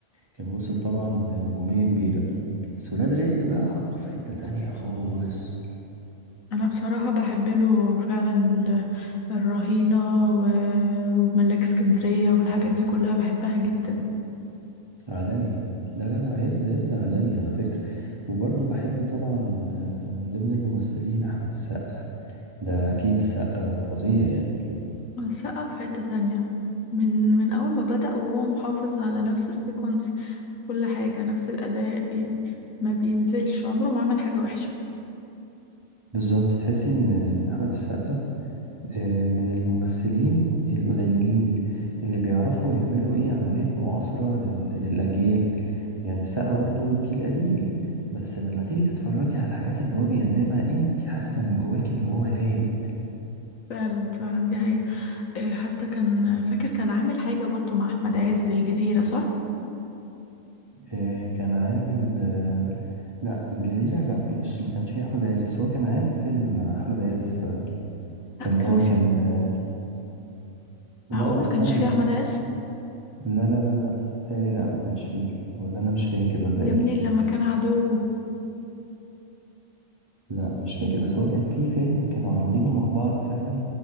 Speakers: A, on the right; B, on the left.
A: كان وصل طبعا لنجومية كبيرة بس ولاد رزق بقى حطه في حتة تانية خالص
B: انا بصراحة بحب له فعلا ال- الرهينة و- وملاك اسكندرية والحاجات دي كلها بحبها جدا
A: عالمي لا لا لا عز عز عالمي على فكرة وبرضه بحب طبعا آه، من ضمن الممثلين أحمد السقا ده أكيد السقا فظيع يعني
B: السقا في حتة تانية من من اول ما بدأ وهو محافظ على نفس السيكونس كل حاجة نفس الاداء يعني ما بينزلش عمره ما عمل حاجة وحشة
A: بالظبط تحس إن إن أحمد السقا آه، من الممثلين القليلين اللي بيعرفوا يعملوا إيه عملية معاصرة لل- للأجيال يعني السقا برضه جيل قديم بس لما تيجي تتفرجي على الحاجات اللي هو بيقدمها انت حاسة من جواك إن هو لايق
B: فعلا فعلا دي هي حتى كان فاكر كان عامل حاجة برضو مع احمد عز الجزيرة صح
A: آه، كان عامل آه، لا الجزيرة لا مش ما كانش فيه أحمد عز بس هو كان عامل فيلم مع أحمد عز فعلا
B: لا
A: كان اللي
B: كان
A: هو
B: في
A: كان آه، لا
B: معقول
A: لا استني
B: ما كانش فيه
A: لا
B: احمد عز
A: لا لا لا لا تالي لا ما كانش فيه ولا أنا مش فاكر ولا
B: يا
A: إيه
B: ابني لما كان عدوه
A: لا مش فاكر بس هو كان فيه فيلم كانوا عاملينه مع بعض فعلا